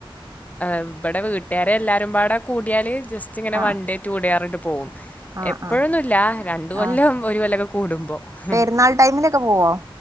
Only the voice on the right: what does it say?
ആഹ്
ആഹ്
ആഹ്
ആഹ്
പെരുന്നാൾ ടൈമിലൊക്കെ പോവോ